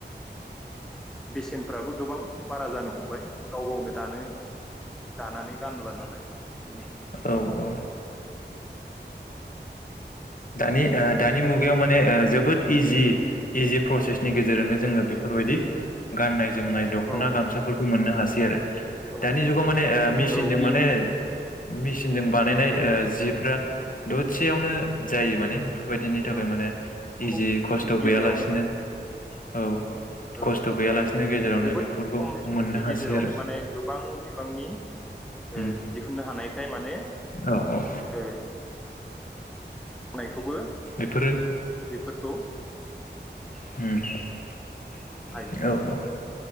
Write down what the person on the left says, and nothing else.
औ औ। दानि ओ दानि मुगायाव माने ओ जोबोद इजि इजि प्रसेसनि गेजेरजोंनो जोङो बेफोर बायदि गाननाय जोमनाय दख'ना
गामसाफोरखौ मोननो हासै। सै आरो
दानि जुगाव माने ओ मेचिनजों
माने
मिस सिनजों बानायनाय
ओ जिफ्रा ददसेयावनो जायो माने। बेफोर बायदिनि थाखाय
माने इजि
खस्थ'
गैयालासिनो
औ खस्थ'
गैयालासिनो गेजेरावनो
बेफोरखौ
मोननो
हासै
आरो।
उम
औ औ
बेफोरो
होम
औ औ